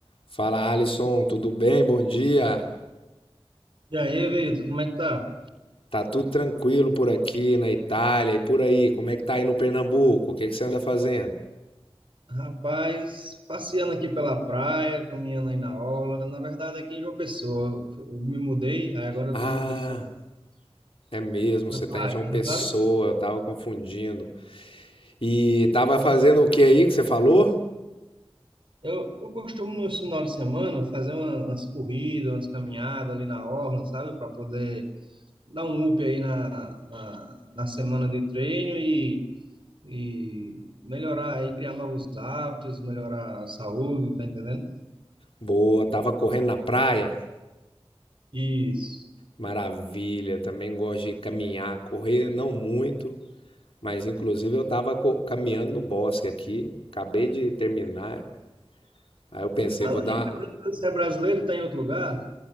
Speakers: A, on the left (about 70°); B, on the right (about 60°).
A: Fala Alisson, tudo bem? Bom dia.
B: E aí, Vitor, como é que tá?
A: Tá tudo tranquilo por aqui na Itália e por aí. Como é que tá aí no Pernambuco? O que é que você anda fazendo?
B: Rapaz, passeando aqui pela praia, caminhando aí na orla. Na verdade, aqui em João Pessoa. Eu me mudei, aí agora eu
A: Ah,
B: tô em João Pessoa,
A: é mesmo,
B: na
A: você
B: Paraíba,
A: tá em João Pessoa,
B: sabe?
A: eu tava confundindo. E tava fazendo o que aí que você falou?
B: Eu, eu costumo, no final de semana, fazer uma- umas corridas, umas caminhadas ali na orla, sabe? Para poder dar um up aí na, na, na semana de treino e, e melhorar aí, criar novos hábitos, melhorar a saúde, tá entendendo?
A: Boa, tava correndo na praia?
B: Isso.
A: Maravilha, também gosto de caminhar, correr não muito, mas inclusive eu tava co- caminhando no bosque aqui, acabei de terminar. Aí eu pensei,
B: Me fala
A: vou dar.
B: aí, cara, você é brasileiro e está em outro lugar?